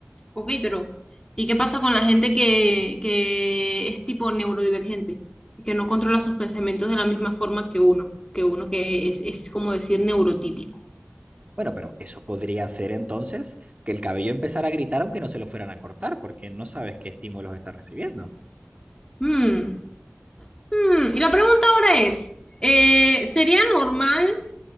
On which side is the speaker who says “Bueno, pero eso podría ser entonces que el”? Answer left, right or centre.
Right